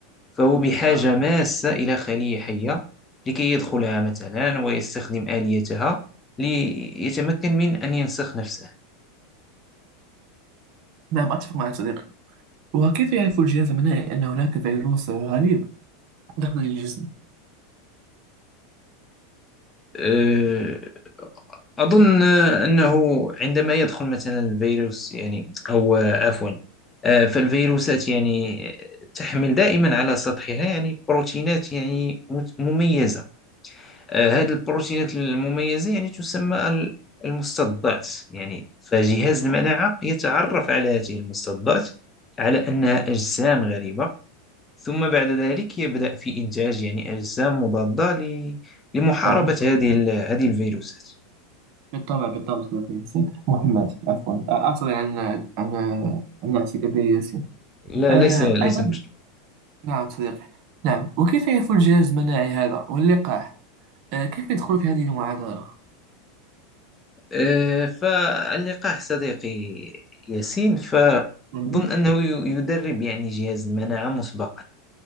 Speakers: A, on the left; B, on the right.
A: فهو بحاجة
B: آه.
A: ماسة إلى خلية حية لكي يدخلها مثلا ويستخدم آليتها ليتمكن من أن ينسخ نفسه
B: نعم أتفق معك صديقي وكيف يعرف الجهاز المناعي أن هناك فيروس غريب دخل الجسم
A: آه، أظن أنه عندما يدخل مثلا الفيروس يعني أو آه، عفوا آه، فالفيروسات يعني تحمل دائما على سطحها يعني بروتينات يعني مت- مميزة آه، هذه البروتينات المميزة يعني تسمى ال- المستضدات يعني فجهاز المناعة يتعرف على هذه المستضدات على أنها أجسام غريبة ثم بعد ذلك يبدأ في إنتاج يعني أجسام مضادة ل- لمحاربة
B: نعم
A: هذه ال- هذه الفيروسات
B: بالطبع بالطبع صديقي ياسين محمد عفوا آه، أعتذر عن عن عن نعتك به ياسين
A: لا
B: آه،
A: ليس ليس
B: أيضا
A: مشكل
B: نعم صديقي نعم وكيف يفعل الجهاز المناعي هذا واللقاح آه، كيف يدخل في هذه المعادلة
A: أه، فاللقاح صديقي ياسين فأظن
B: مهم.
A: أنه ي- يدرب يعني جهاز المناعة مسبقا